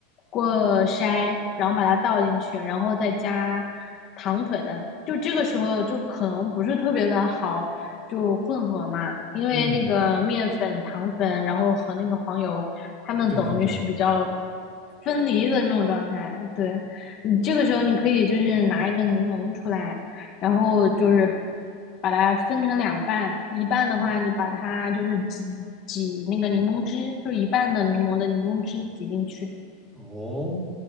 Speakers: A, on the left; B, on the right.
A: 过筛，然后把它倒进去，然后再加糖粉，就这个时候就可能不是特别的好，就混合嘛，因为那个面粉、
B: 嗯，
A: 糖粉，然后和那个黄油，它们等于是比较
B: 对对，
A: 分离的那种状态。对，你这个时候你可以就是拿一个柠檬出来，然后就是把它分成两半，一半的话你把它就是挤挤那个柠檬汁，就一半的柠檬的柠檬汁挤进去，
B: 哦。